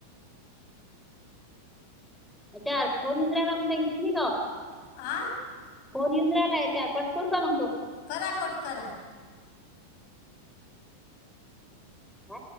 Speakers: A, in the centre; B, on the left.
A: <unintelligible>
B: आ.
A: फोन येऊन राहिलाय चा पट करू का मग तो.
B: करा कट करा.
A: ह.